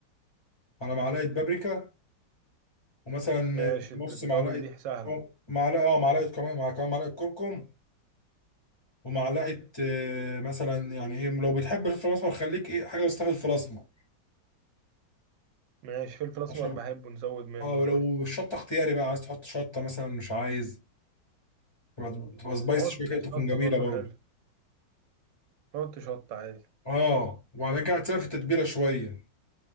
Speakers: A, on the left (about 25°); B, on the right (about 75°).
A: على معلقه بابريكا ومثلا
B: ماشي
A: آه، نص
B: التوابل
A: معلقه
B: دي سهلة
A: أو معلقه اه معلقه كمان مع كمان معلقه كركم ومعلقه آه، مثلا يعني ايه لو بتحب الفلفل الاسمر خليك ايه حاجه بس في الفلفل الاسمر
B: ماشي فلفل أسمر
A: عشان
B: بحبه نزود منه
A: اه ولو
B: عادي
A: الشطه اختياري بقى عايز تحط شطه مثلا مش عايز تبقى تبقى سبايسي
B: نحط
A: شويه كده تكون
B: شطة
A: جميله
B: برضو
A: برضه
B: حلو نحط شطة عادي
A: اه وبعدين كده هتسيبها في التتبيله شويه